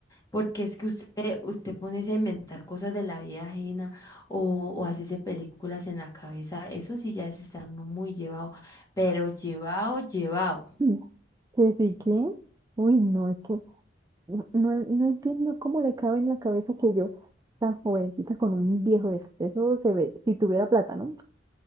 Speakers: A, on the left; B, on the right.
A: porque es que usted, usted pone a inventar cosas de la vida ajena o, o hacerse películas en la cabeza, eso sí ya es estar no muy llevado, pero llevado, llevado.
B: <laughs> Que sí, que, uy, no, es que no, no- no entiendo cómo le cabe en la cabeza que yo, tan jovencita, con un viejo de estos, eso se ve, si tuviera plata, ¿no?